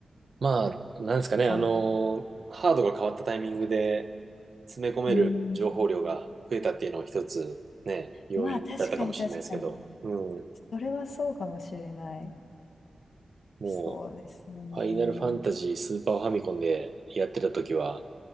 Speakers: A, on the right; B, on the left.
A: まあ、なんですかね、
B: かん、
A: あのーハードが変わったタイミングで詰め込める情報量が増えたっていうのは一つね、
B: うん。
A: 要因だったかもしれないですけど。
B: まあ確かに確かに。
A: うん。
B: それはそうかもしれない。
A: も
B: そうですよね。
A: う、ファイナルファンタジースーパーファミコンでやってた時は、